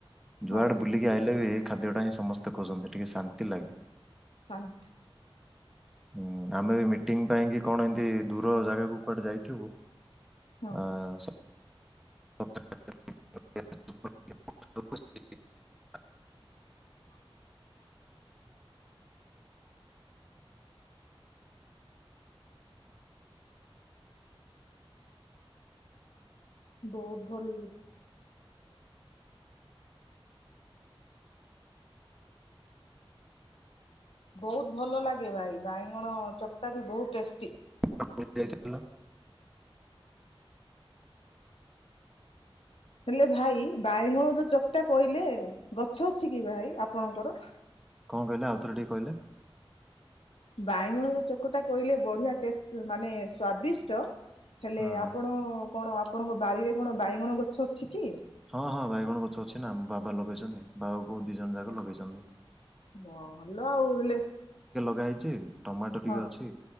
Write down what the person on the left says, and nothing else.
ହଁ
ଶାନ୍ତି
ହଁ
<inaudible> ବୋହୁତ ଭଲ। ବହୁତ ଭଲ ଲାଗେ ଭାଇ। ବାଇଗଣ ଚକଟା ବି ବହୁତ ଟେଷ୍ଟି।
ହେଲେ, ଭାଇ, ବାଇଗଣ ଯୋଉ ଚକଟା କହିଲେ, ଗଛ ଅଛି କି ଭାଇ, ଆପଣଙ୍କର?
ବାଇଗଣର ଚକଟା କହିଲେ, ବଢିଆ ଟେଷ୍ଟ, ମାନେ ସ୍ଵାଦିଷ୍ଟ। ହେଲେ,
ଆପଣ କଣ, ଆପଣଙ୍କ ବାରିରେ କଣ ବାଇଗଣ ଗଛ ଅଛି କି?
ଭଲ ଆଉ ହେଲେ
ହଁ